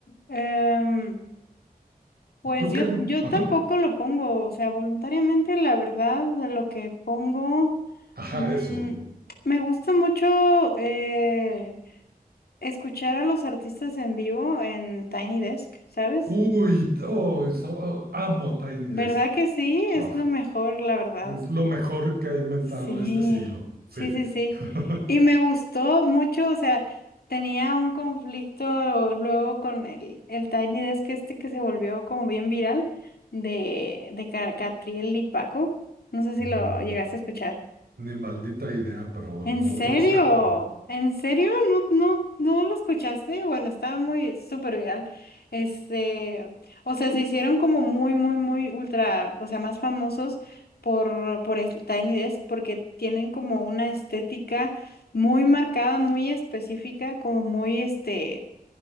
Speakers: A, on the left; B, on the right.
A: Em, pues
B: ¿Tú
A: yo,
B: qué?
A: yo
B: Ajá,
A: tampoco lo pongo, o sea, voluntariamente, la verdad, lo que pongo,
B: ajá,
A: mm,
B: eso.
A: me gusta mucho, eh, Escuchar a los artistas en vivo en Tiny Desk, ¿sabes?
B: Uy, oh, so- oh, amo Tiny
A: ¿Verdad
B: Desk.
A: que sí? Es
B: Uf,
A: lo mejor, la verdad.
B: es lo mejor que ha inventado
A: Sí,
B: este siglo, sí.
A: sí, sí, sí.
B: <laughs>
A: Y me gustó mucho, o sea, tenía un conflicto luego con el, el Tiny Desk este que se volvió como bien viral de, de Ca- Catriel y Paco. No sé si
B: Mm,
A: lo llegaste a escuchar.
B: Ni maldita idea, pero
A: ¿En
B: lo
A: serio?
B: voy a buscar también.
A: ¿En serio? ¿No, no, no lo escuchaste? Bueno, estaba muy súper viral. Este, o sea, se hicieron como muy, muy, muy ultra, o sea, más famosos por, por es- Tiny Desk porque tienen como una estética muy marcada, muy específica, como muy, este,